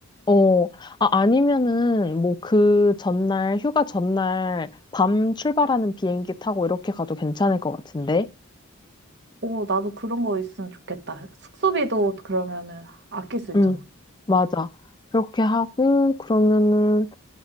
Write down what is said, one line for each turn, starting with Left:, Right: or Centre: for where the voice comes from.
Left: 어, 아, 아니면은, 뭐, 그 전날, 휴가 전날, 밤 출발하는 비행기 타고 이렇게 가도 괜찮을 것 같은데?
Right: 오, 나도 그런 거 있으면 좋겠다. 숙소비도 그러면은 아낄 수 있잖아.
Left: 응, 맞아. 그렇게 하고, 그러면은,